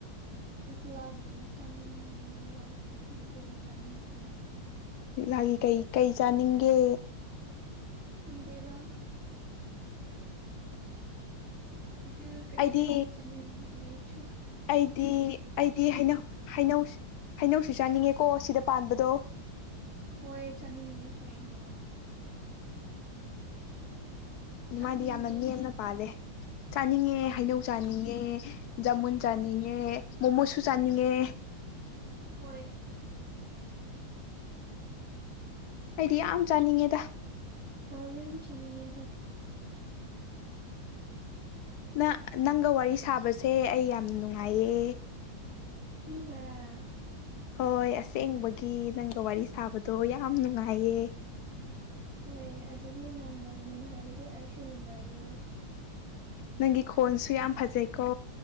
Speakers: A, on the right; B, on the left.
A: ꯂꯤꯛꯂꯥꯒꯤ ꯆꯥꯅꯤꯡꯉꯤ ꯂꯤꯛꯂꯥꯒꯤ ꯕꯦꯒꯔꯤ ꯆꯥꯅꯤꯡꯉꯤ
B: ꯂꯤꯛꯂꯥꯒꯤ ꯀꯩ ꯀꯩ ꯆꯥꯅꯤꯡꯒꯦ
A: ꯈꯟꯗꯦꯗ ꯑꯗꯨ ꯀꯔꯤ
B: ꯑꯩꯗꯤ
A: ꯀꯔꯤ ꯆꯅꯤꯡ ꯌꯦꯁꯨ
B: ꯑꯩꯗꯤ ꯑꯩꯗꯤ ꯍꯩꯅꯧ ꯍꯩꯅꯧ ꯍꯩꯅꯧꯁꯨ ꯆꯥꯅꯤꯡꯉꯦꯀꯣ ꯁꯤꯗ ꯄꯥꯟꯕꯗꯣ
A: ꯍꯣꯏ ꯆꯥꯅꯤꯡꯌꯦ ꯍꯣꯏ ꯃꯥꯅꯦ ꯆꯥꯅꯤꯡꯉꯦ
B: ꯃꯥꯗꯤ ꯌꯥꯝꯅ ꯅꯦꯝꯅ ꯄꯥꯜꯂꯦ ꯆꯥꯅꯤꯡꯉꯦ
A: ꯎꯝ
B: ꯍꯩꯅꯧ ꯆꯥꯅꯤꯡꯉꯦ ꯖꯥꯃꯨꯟ ꯆꯥꯅꯤꯡꯉꯦ ꯃꯣꯃꯣꯁꯨ ꯆꯥꯅꯤꯡꯉꯦ
A: ꯑꯣꯏꯣꯏ
B: ꯑꯩꯗꯤ ꯌꯥꯝ ꯆꯥꯅꯤꯡꯉꯦꯗ
A: ꯍꯒ ꯌꯥꯝ ꯆꯥꯅꯤꯡꯅꯤ ꯍꯣꯏ ꯎ
B: ꯅ ꯅꯪꯒ ꯋꯥꯔꯤ ꯁꯥꯕꯁꯦ ꯑꯩ ꯌꯥꯝ ꯅꯨꯡꯉꯥꯏꯌꯦ
A: ꯁꯤꯟꯕꯔꯥ
B: ꯍꯣꯏ ꯑꯁꯦꯡꯕꯒꯤ ꯅꯪꯒ ꯋꯥꯔꯤ ꯁꯥꯕꯗꯣ ꯌꯥꯝ ꯅꯨꯡꯉꯥꯏꯌꯦ
A: ꯍꯣꯏꯑ ꯑꯗꯨꯗꯤ ꯅ ꯅꯨꯡꯉꯥꯏꯔꯗꯤ ꯑꯩꯁꯨ ꯅꯨꯡꯉꯥꯏꯌꯦ
B: ꯅꯪꯒꯤ ꯈꯣꯟꯁꯨ ꯌꯥꯝ ꯐꯖꯩꯀꯣ